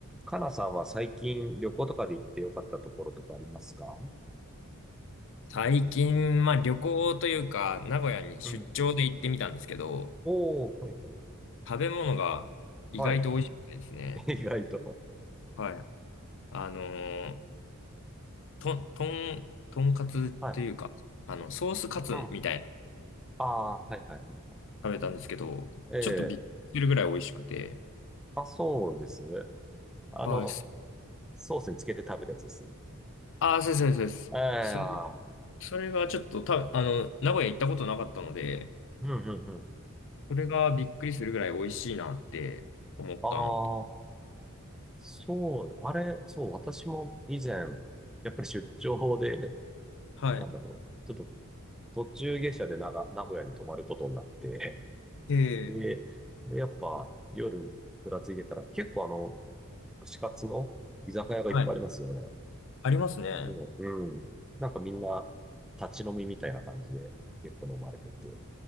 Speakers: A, in the centre; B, on the left (about 60°).
A: かなさんは最近旅行とかで行ってよかったところとかありますか
B: 最近、まあ旅行というか、名古屋に出張で行ってみたんですけど、
A: うん。おー、はいはい。
B: 食べ物が意外と美味しくてですね。
A: はい。<laughs> 意外と。
B: はい。あのーとん、とん、とんかつというか、
A: はい。
B: あの、ソースカツみたいなの
A: うん。ああ、はいはいは
B: 食べたんですけど、
A: い。
B: ちょっとびっくりするぐらい美味しくて。
A: ええあ、そうですね。あの、
B: はい。す
A: ソースにつけて食べるやつです。
B: ああ、そうです、そうです。
A: ええああ、
B: そうですそれ、それがちょっとた、あの、名古屋行ったことなかったので、
A: うんうんうん。
B: それがびっくりするぐらい美味しいなって思ったのと。
A: ああ、そう、あれ、そう、私も以前、やっぱり出張で、
B: はい。
A: なんだろう、ちょっと途中下車でなが名古屋に泊まることになって、
B: ええ、
A: で、でやっぱ夜ぶらついてたら結構あの、串カツの居酒屋がいっぱいありますよね。
B: はい。ありますね。
A: でもうん。なんかみんな立ち飲みみたいな感じで結構飲まれてて。